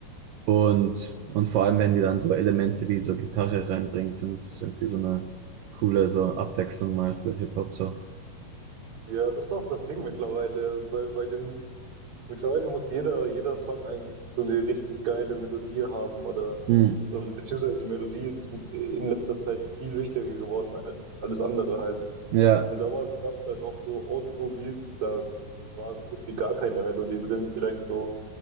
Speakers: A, on the right; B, on the right.
A: Und, und vor allem, wenn die dann so Elemente wie so Gitarre reinbringt, dann ist es irgendwie so eine coole so Abwechslung mal für Hip-Hop so.
B: Ja, das ist auch das Ding mittlerweile. Bei, bei den, mittlerweile muss jeder, jeder Song eigentlich so eine richtig geile Melodie haben oder,
A: Hm.
B: oder beziehungsweise die Melodie ist in letzter Zeit viel wichtiger geworden als alles andere halt.
A: Ja,
B: Und damals gab es halt auch so Oldschool-Beats, da war so gut wie gar keine Melodie drin. Vielleicht so